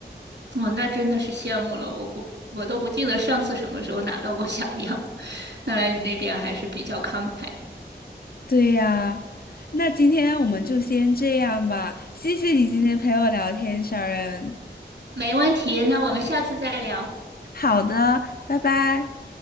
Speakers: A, on the right (about 85°); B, on the left (about 60°).
A: 我那真的是羡慕了，我不，我都不记得上次什么时候拿到过小 <laughs> 样。看来你那边还是比较慷慨
B: 对呀，那今天我们就先这样吧，谢谢你今天陪我聊天，Sharon。
A: 没问题，那我们下次再聊。
B: 好的，拜拜。